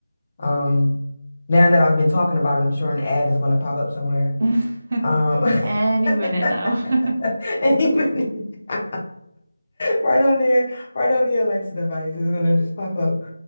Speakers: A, on the left; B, on the right.
A: Um, now that I've been talking about it, I'm sure an ad is going to pop up somewhere.
B: wow. <laughs>
A: Um,
B: Any
A: <laughs>
B: minute now. <laughs>
A: and even- <laughs> Right on there, right on the Alexa device is gonna just pop up.